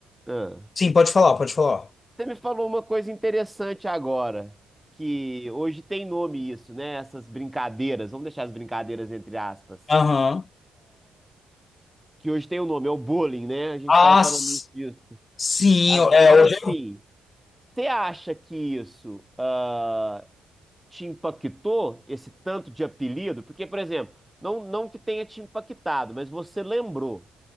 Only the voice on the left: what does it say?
Sim, pode falar, pode falar.
Aham.
Ah,
s-
sim,
é, hoje